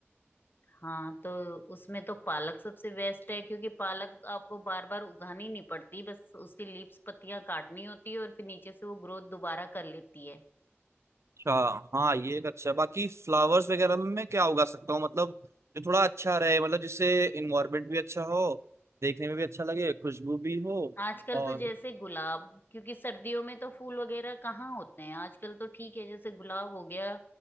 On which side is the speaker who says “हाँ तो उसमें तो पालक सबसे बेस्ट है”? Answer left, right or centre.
Left